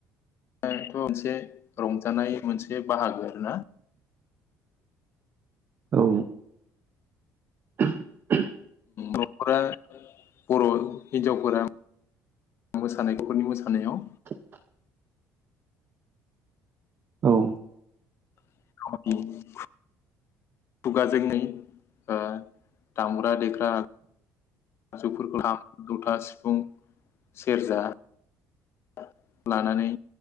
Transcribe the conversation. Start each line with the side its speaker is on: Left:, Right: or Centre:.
Left: <unintelligible> मोनसे रंजानाय मोनसे बाहागो ना
Right: औ उह उह
Left: नखरा बर' हिन्जावफोरा मोसानाय <unintelligible> मोसानायाव
Right: <inaudible> औ
Left: <unintelligible> खुगाजोंङै ओ दामग्रा देग्रा आगजुफोरखौ <unintelligible> खाम जथा सिफुं सेरजा <unintelligible> लानानै